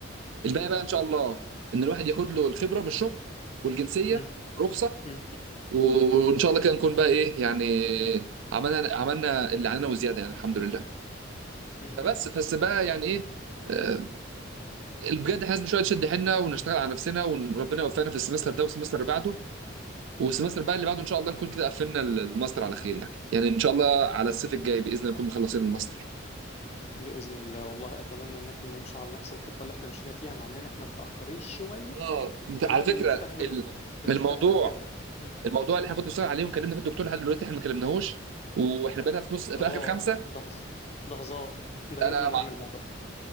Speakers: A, on the right; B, on the left.
A: الباقي
B: م-
A: بقى ان شاء الله ان الواحد ياخد له الخبره من الشغل والجنسيه
B: م-
A: رخصه
B: م-
A: وان شاء الله كده نكون بقى ايه يعني عملنا عملنا اللي علينا وزياده يعني الحمد لله
B: م-
A: فبس بس بقى يعني ايه آه، بجد احنا لازم شويه نشد حيلنا ونشتغل على نفسنا وربنا يوفقنا في السمستر ده والسمستر اللي بعده والسمستر بقى اللي بعده ان شاء الله نكون كده قفلنا الماستر على خير يعني يعني ان شاء الله على الصيف الجاي باذن الله نكون مخلصين الماستر
B: بإذن الله والله أتمنى إن احنا نمشي على نفس الخطة اللي احنا مشينا فيها مع إننا احنا متأخرين شوية
A: اه انت
B: لأن
A: على
B: احنا
A: فكره
B: بنستهبل
A: ال-
B: بنستهبل
A: الموضوع
B: كده <laughs>
A: الموضوع اللي احنا المفروض نشتغل عليه وكلمنا فيه الدكتور لحد دلوقتي احنا ما كلمناهوش واحنا بقينا في نص في
B: اه
A: اخر خمسه
B: ده هز- ده هزار ده
A: انا
B: لازم نعمل
A: مع...
B: الموضوع ده.